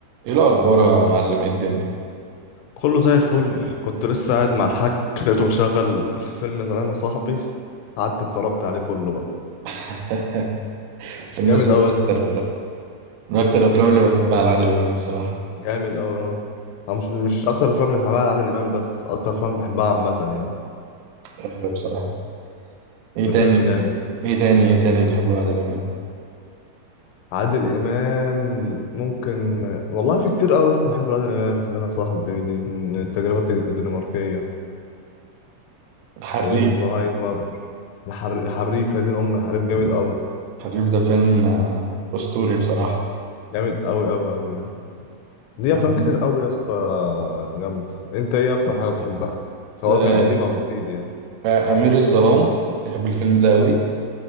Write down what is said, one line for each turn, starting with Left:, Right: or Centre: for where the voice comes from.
Right: ايه الاخبار يا معلم ايه الدنيا
Left: كله زي الفل كنت لسه قاعد مع الحاج لقيته مشغل <laughs> فيلم سلام يا صاحبي قعدت اتفرجت عليه كله بقى
Right: <laughs> الفيلم
Left: جامد
Right: ده من
Left: قوي يا اسطى
Right: اكتر من اكتر الافلام
Left: جامد
Right: اللي بحبها لعادل امام بصراحه
Left: جامد قوي اه أنا مش مش اكتر افلام اللي بحبها لعادل امام بس اكتر افلام بحبها عامه يعني
Right: ايوه بصراحه ايه
Left: ده
Right: تاني
Left: فيلم جامد
Right: ايه تاني ايه تاني بتحبه لعادل امام
Left: عادل امام ممكن والله في كتير قوي يا اسطى بحب عادل امام سلام يا صاحبي من التجربه الد- الدنماركيه
Right: الحريف
Left: الزهايمر الحر... الحريفه دي الام الحريف جامد قوي
Right: الحريف ده فيلم آه، اسطوري بصراحه
Left: جامد قوي قوي قوي يعني. ليه
Right: لو
Left: افلام كتير
Right: كنت،
Left: قوي يا اسطى جامد انت ايه اكتر حاجه بتحبها سواء
Right: آه،
Left: كان قديم او جديد يعني
Right: آه، امير الظلام بحب الفيلم ده قوي